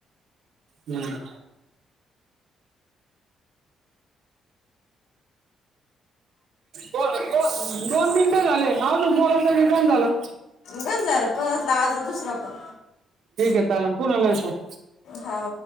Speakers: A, on the right (about 60°); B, on the left (about 80°).
A: हम्म दो दो दोन मिनिट झाले आजू बोलत्या का <unintelligible> झाल.
B: गण झाला परत लावाचा दुसरा फोन
A: ठीक ये चालनं पुन्हा लावितो.
B: हो.